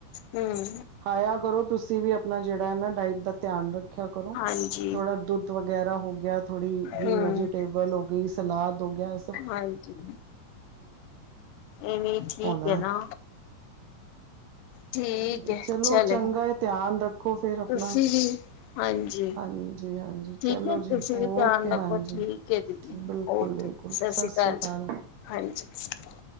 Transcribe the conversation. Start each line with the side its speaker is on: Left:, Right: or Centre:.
Left: ਹਮ
Right: ਖਾਇਆ ਕਰੋ ਤੁਸੀਂ ਵੀ ਆਪਨਾ ਜੇੜਾ ਐ ਨਾ ਡਾਇਟ ਦਾ ਧਿਆਨ ਰੱਖਿਆ ਕਰੋ,
Left: ਹਾਂਜੀ
Right: ਥੋੜਾ ਦੁੱਧ ਵਗੈਰਾ ਹੋ ਗੇਆ। ਥੋੜੀ ਗ੍ਰੀਨ
Left: ਹਮ
Right: ਵੈਜੀਟੇਬਲ ਹੋ ਗਈ ਸਲਾਦ ਹੋ ਗੇਆ।
Left: ਹਾਂਜੀ ਏਵੀਂ ਠੀਕ
Right: ਹੋਣਾ
Left: ਐ ਨਾ। ਠੀਕ
Right: ਓਈ ਐ,
Left: ਹੈ
Right: ਚਲੋ
Left: ਚਲੇਗਾ
Right: ਚੰਗਾ ਏ ਧਿਆਨ ਰੱਖੋ ਫੇਰ
Left: ਤੁਸੀਂ
Right: ਆਪਨਾ।
Left: ਵੀ ਹਾਂਜੀ।
Right: ਹਾਂਜੀ-ਹਾਂਜੀ ਚਲੋ
Left: ਠੀਕ ਹੈ ਤੁਸੀਂ
Right: ਜੀ
Left: ਵੀ
Right: ਓਕੇ
Left: ਧਿਆਨ ਰੱਖੋ
Right: ਹਾਂਜੀ,
Left: ਠੀਕ ਹੈ ਦੀਦੀ
Right: ਬਿਲਕੁਲ-ਬਿਲ
Left: ਓਕੇ
Right: ਕੁਲ
Left: ਸਤਿ ਸ਼੍ਰੀ
Right: ਸਸ
Left: ਅਕਾਲ
Right: ਰੀ
Left: ਜੀ
Right: ਕਾਲ।
Left: ਹਾਂਜੀ।